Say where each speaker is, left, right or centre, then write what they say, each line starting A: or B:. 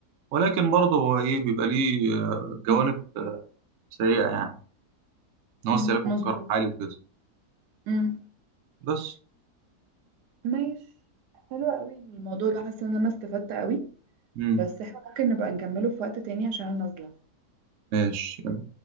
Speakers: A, on the right (about 65°); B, on the right (about 85°).
A: ولكن برضه هو ايه بيبقى ليه آه، جوانب
B: مم.
A: سيئه يعني ان
B: مم.
A: هو استهلاكه
B: مظبوط
A: في الكهرباء عالي وكده
B: امم
A: بس
B: ماشي حلو قوي الموضوع ده حاسه ان انا استفدت قوي
A: امم
B: بس احنا ممكن نبقى نكمله في وقت تاني عشان أنا نازله
A: ماشي